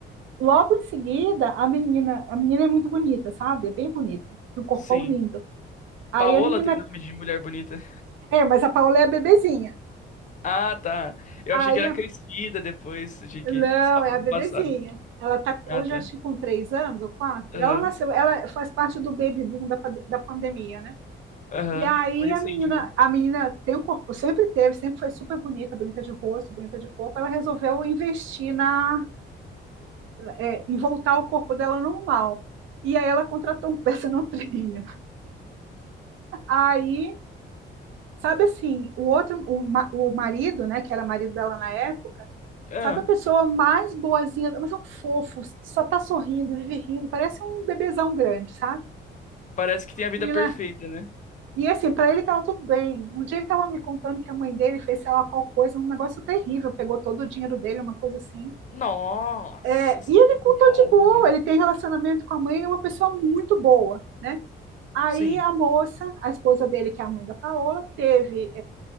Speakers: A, on the right (about 80°); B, on the left (about 40°).
A: Logo em seguida, a menina, a menina é muito bonita, sabe? É bem bonita, e um corpão
B: Sim.
A: lindo. Aí
B: Paola
A: a menina,
B: tem nome de mulher bonita.
A: é, mas a Paola é a bebezinha.
B: Ah, tá. Eu
A: Aí,
B: achei que era crescida depois. Achei
A: não,
B: que estava
A: é
B: falando
A: a bebezinha.
B: do passado.
A: Ela tá,
B: Ah,
A: hoje
B: tá.
A: acho que com três anos ou quatro.
B: Aham.
A: Ela nasceu, ela faz parte do baby boom da, pa- da pandemia, né?
B: Aham.
A: E aí
B: Foi recente,
A: a menina,
B: então.
A: a menina tem um corpo, sempre teve, sempre foi super bonita, bonita de rosto, bonita de corpo. Ela resolveu investir na, é, em voltar ao corpo dela normal. E aí ela contratou um personal trainer. Aí Sabe assim, o outro, o, ma- o marido, né, que era marido dela na época,
B: Ah,
A: sabe a pessoa mais boazinha, mas é um fofo, só tá sorrindo, vive rindo, parece um bebezão grande, sabe?
B: parece que tem a vida
A: E,
B: perfeita,
A: né,
B: né?
A: e assim, pra ele tava tudo bem. Um dia ele tava me contando que a mãe dele fez, sei lá, qual coisa, um negócio terrível, pegou todo o dinheiro dele, uma coisa assim.
B: Nossa
A: É,
B: senhora.
A: e ele contou de boa, ele tem relacionamento com a mãe, ele é uma pessoa muito boa, né? Aí
B: Sim,
A: a moça, a esposa dele, que é a mãe da Paola, teve